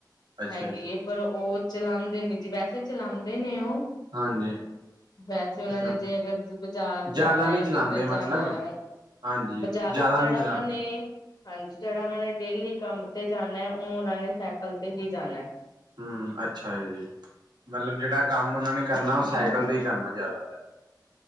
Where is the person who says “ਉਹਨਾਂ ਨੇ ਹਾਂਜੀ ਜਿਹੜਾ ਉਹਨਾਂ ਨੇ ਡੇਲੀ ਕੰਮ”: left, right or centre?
Left